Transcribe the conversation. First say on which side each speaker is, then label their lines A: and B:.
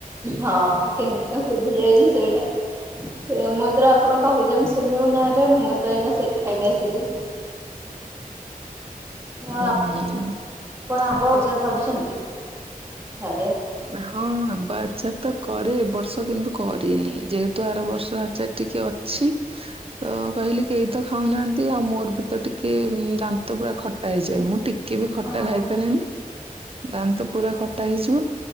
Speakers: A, on the right; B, on the right.
A: ହଁ କେମିତି ତାଙ୍କୁ ସୁଭି ଯାଇଛି ସେଇଟା ସେୟା ମୁଁ ତର ଆପଣ କହିଲେ ମୁ ଶୁଣିଲି ମୁ ଆରେ ମୁଁ ତ ଏଇନା ସେ ଖାଇକି ଆସିଲି। ଆଉ
B: ହୁଁ ହୁଁ।
A: ଆପଣ <unintelligible> କଟୁଛନ୍ତି ହରେ।
B: ହଁ ଆମ୍ବ ଆଚାର ତ କରେ ଏବ ବର୍ଷ କିନ୍ତୁ କରିନି ଯେହେତୁ ଆର ବର୍ଷ ଆଚାର ଟିକେ ଅ ଛି। ତ କହିଲି କେହି ତ ଖାଉନାହାନ୍ତି ଆଉ ମୋର ବି ତ ଟିକେ ଦାନ୍ତ ପୁରା ଖଟା ହେଇଯାଏ ମୁଁ ଟି କେ ବି ଖଟା
A: ହଁ।
B: ଖାଇପାରେନି ଦାନ୍ତ ପୁରା ଖଟା ହେଇଯିବ।